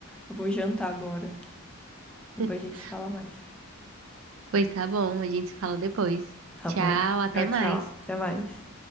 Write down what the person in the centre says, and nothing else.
Eu vou jantar agora. Depois
a gente se fala mais.
Tá
bom.
Tchau,
tchau. Até mais.